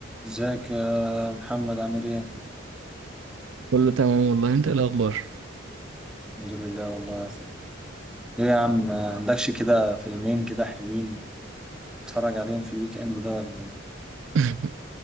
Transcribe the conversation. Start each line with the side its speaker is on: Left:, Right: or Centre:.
Centre: ازيك يا محمد عامل ايه؟
Right: كله تمام والله انت ايه الاخبار
Centre: الحمد لله والله يا أخي ايه يا عم ما عندكش كده فيلمين كده حلوين نتفرج عليهم في الويك اند ده ولا ايه؟
Right: <laughs>